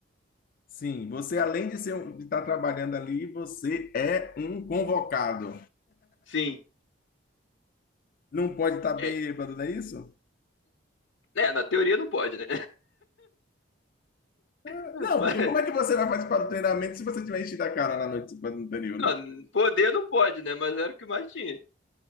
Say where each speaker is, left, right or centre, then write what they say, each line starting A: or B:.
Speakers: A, on the left; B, on the left.
A: <laughs> Sim, você além de ser um- de estar trabalhando ali, você é um convocado.
B: Sim,
A: Não pode estar bêbado,
B: é,
A: não é isso?
B: é, na teoria não pode, né?
A: Ah,
B: <laughs>
A: Não,
B: Mas,
A: porque como é que você vai participar do treinamento se você tiver enchido a cara na noite anterior?
B: não, poder não pode, né? Mas era o que mais tinha.